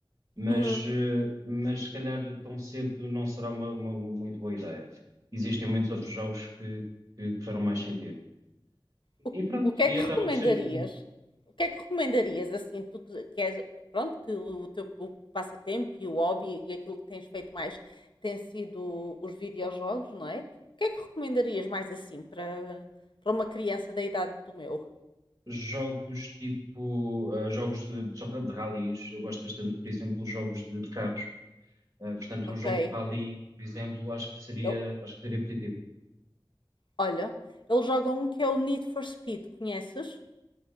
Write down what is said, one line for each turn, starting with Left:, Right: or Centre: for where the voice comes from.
Right: mas,
Left: Uhum.
Right: eh, mas se calhar tão cedo não será uma, uma- uma muito boa ideia. Existem muitos outros jogos que, que, que farão mais sentido.
Left: O,
Right: E pronto,
Left: o que é
Right: e
Left: que
Right: acaba
Left: recomendarias?
Right: por ser um bocadinho.
Left: O que é que recomendarias, assim, tu que queres, pronto, que o teu o passatempo e o hobby e aquilo que tens feito mais tem sido os videojogos, não é? O que é que recomendarias mais, assim, para, para uma criança da idade do meu?
Right: Jogos tipo, ah, jogos de, de, de ralis, eu gosto bastante, por exemplo, jogos de de carros. Uh, portanto,
Left: Ok?
Right: um jogo de rally, por exemplo, acho que seria,
Left: Ele-
Right: acho que seria positivo.
Left: olha, ele joga um que é o Need for Speed, conheces?